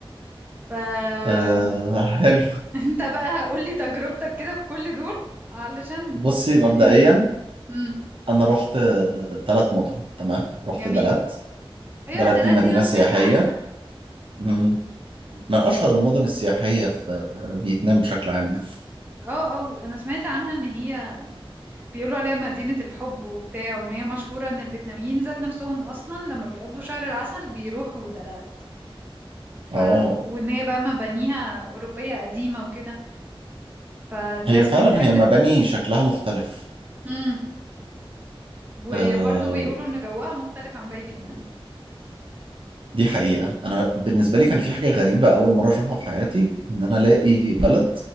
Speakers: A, on the right (about 20°); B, on the right (about 60°).
A: ف <laughs>
B: آه حلو
A: انت بقى قولي تجربتك كده في كل دول علشان
B: بصي
A: يعني
B: مبدئيا
A: <laughs> امم
B: انا رحت ثلاث مدن تمام رحت
A: جميل
B: دلات
A: ايوه
B: دلات
A: ده
B: دي
A: لا
B: مدينه
A: دي انا سمعت
B: سياحيه
A: عنها
B: مم.
A: يعني
B: من
A: اسم...
B: اشهر المدن السياحيه في فيتنام بشكل عام يعني
A: اه اه انا سمعت عنها ان هي بيقولوا عليها مدينة الحب وبتاع وان هي مشهورة ان الفيتناميين ذات نفسهم اصلا لما بيقضوا شهر العسل بيروحوا دلات ف
B: اه
A: وان هي بقى مبانيها اوروبية قديمة وكده فالناس
B: هي فعلا
A: بتحب
B: هي مباني شكلها مختلف
A: امم وبرضه
B: آه
A: بيقولوا ان جوها مختلف عن باقي فيتنام
B: دي حقيقه انا بالنسبه لي كان في حاجه غريبه اول مره اشوفها في حياتي ان انا الاقي بلد